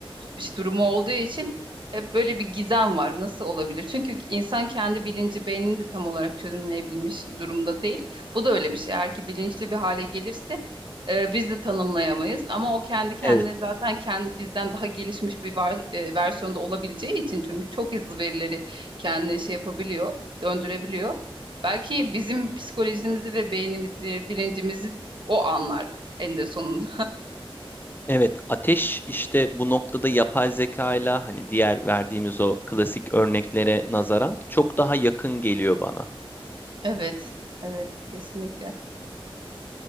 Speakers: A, on the right (about 55°); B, on the left (about 20°).
A: işte durumu olduğu için hep böyle bir gizem var. Nasıl olabilir? Çünkü insan kendi bilinci, beynini de tam olarak çözümleyebilmiş durumda değil. Bu da öyle bir şey. Eğer ki bilinçli bir hale gelirse e, biz de tanımlayamayız. Ama o kendi kendine
B: Evet.
A: zaten kendi bizden daha gelişmiş bir var, e, versiyonda olabileceği için çünkü çok hızlı verileri kendine şey yapabiliyor, döndürebiliyor. Belki bizim psikolojimizi ve beynimizi, bilincimizi o anlar en de sonunda.
B: Evet, ateş işte bu noktada yapay zeka ile hani diğer verdiğimiz o klasik örneklere nazaran çok daha yakın geliyor bana.
A: Evet, evet kesinlikle.